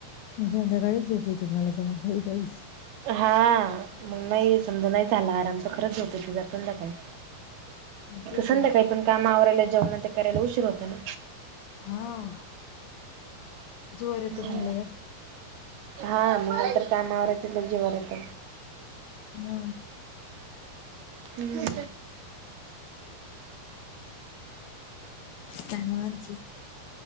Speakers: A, on the left; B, on the right.
A: संध्याकाळीच झोप येते मला तर मग काही काही
B: हा मग नाही समजा नाही झाला आराम तर खरंच झोप येते संध्याकाळी.
A: मग तेच
B: संध्याकाळी
A: आहे ना
B: पण काम आवरायला जेवनं तेन करायला उशीर होतं ना.
A: हा जीवावर येतं
B: हम्म
A: मग लई असं.
B: हा मग नंतर काम आवरतली जीवावर येत.
A: हा
B: हम्म
A: काय म्हनायची?